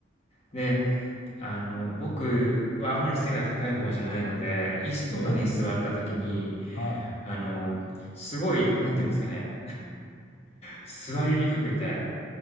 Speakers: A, on the left; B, on the left.
A: で、あの、僕はあんまり背が高い方じゃないので、椅子とかに座った時に、
B: い。ええ。はい。
A: あの、すごい、何て言うんですかね、座りにくくて、